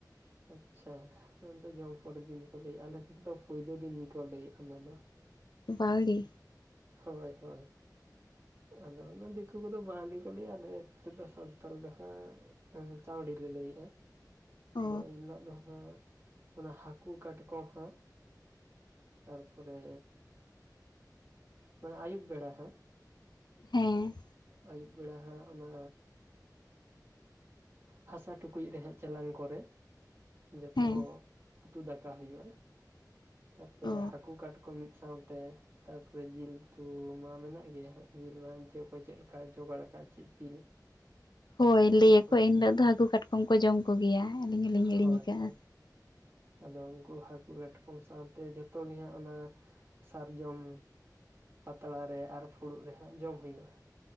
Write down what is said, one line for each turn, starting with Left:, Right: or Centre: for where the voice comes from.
Right: ᱟᱪᱪᱷᱟ᱾ <unintelligible> ᱡᱚᱢ ᱯᱚᱨᱮᱨ ᱫᱤᱱ ᱠᱚ ᱞᱟᱹᱭᱮᱜ-ᱟ, ᱟᱞᱮ ᱥᱮᱱ ᱫᱚ ᱯᱩᱭᱞᱩ ᱫᱤᱱ ᱠᱚ ᱞᱟᱹᱭᱮᱜ-ᱟ ᱚᱱᱟ ᱫᱚ᱾
Left: ᱵᱟᱣᱲᱤ᱾
Right: ᱦᱳᱭ ᱦᱳᱭ᱾ ᱟᱫᱚ ᱚᱱᱟ ᱫᱤᱠᱩ ᱠᱚᱫᱚ ᱵᱟᱶᱞᱤ ᱠᱚ ᱞᱟᱹᱭᱟ ᱟᱞᱮ ᱛᱮᱫᱚ ᱥᱟᱱᱛᱟᱲ ᱫᱚ ᱦᱟᱸᱜ ᱮᱸ ᱪᱟᱶᱰᱤ ᱞᱮ ᱞᱟᱹᱭᱮᱜ-ᱟ᱾
Left: ᱚ
Right: ᱟᱫᱚ ᱮᱱᱞᱳᱜ ᱫᱚ ᱦᱟᱸᱜ ᱚᱱᱟ ᱦᱟᱠᱩ ᱠᱟᱴᱠᱚᱢ ᱦᱟᱸᱜ ᱛᱟᱨᱯᱚᱨᱮ ᱢᱟᱱᱮ ᱟᱭᱩᱵ ᱵᱮᱲᱟ ᱦᱟᱸᱜ
Left: ᱦᱮᱸ᱾
Right: ᱟᱭᱩᱵ ᱵᱮᱲᱟ ᱦᱟᱸᱜ ᱚᱱᱟ ᱦᱟᱥᱟ ᱴᱩᱠᱩᱡ ᱨᱮ ᱦᱟᱸᱜ ᱪᱟᱞᱟᱝ ᱠᱚᱨᱮ ᱡᱚᱛᱚ
Left: ᱦᱮᱸ
Right: ᱩᱛᱩ ᱫᱟᱠᱟ ᱦᱩᱭᱩᱜ-ᱟ, ᱛᱟᱨᱯᱚᱨᱮ
Left: ᱚ
Right: ᱦᱟᱠᱩ, ᱠᱟᱴᱠᱚᱢ, ᱢᱤᱫ ᱥᱟᱶᱛᱮ ᱛᱟᱯᱚᱨᱮ ᱡᱤᱞ ᱩᱛᱩ ᱢᱟ ᱢᱮᱱᱟᱜ ᱜᱮᱭᱟ ᱦᱟᱸᱜ ᱡᱤᱞ ᱢᱟ <unintelligible> ᱚᱠᱚᱭ ᱪᱮᱜ ᱞᱮᱠᱟᱭ ᱡᱚᱜᱟᱲ ᱟᱠᱟᱜ ᱪᱮᱜ ᱡᱤᱞ᱾
Left: ᱦᱳᱭ
Right: ᱛᱟᱨᱯᱚᱨ
Left: ᱞᱟᱹᱭᱟ ᱠᱚ ᱮᱱᱞᱳᱜ ᱫᱚ ᱦᱟᱹᱠᱩ ᱠᱟᱴᱠᱚᱢ ᱠᱚ ᱡᱚᱢ ᱠᱚᱜᱮᱭᱟ ᱟᱹᱞᱤᱧ ᱦᱚᱞᱤᱧ ᱦᱤᱲᱤᱧ
Right: ᱦᱳᱭ
Left: ᱠᱟᱜᱟ᱾
Right: ᱦᱳᱭ ᱟᱫᱚ ᱩᱝᱠᱩ ᱦᱟᱹᱠᱩ ᱠᱟᱴᱠᱚᱢ ᱥᱟᱶᱛᱮ ᱡᱷᱛᱚ ᱜᱮ ᱦᱟᱸᱜ ᱚᱱᱟ ᱥᱟᱨᱡᱚᱢ ᱯᱟᱛᱲᱟ ᱨᱮ ᱟᱨ ᱯᱷᱩᱲᱩᱜ ᱨᱮ ᱦᱟᱸᱜ ᱡᱚᱢ ᱦᱩᱭᱩᱜ-ᱟ᱾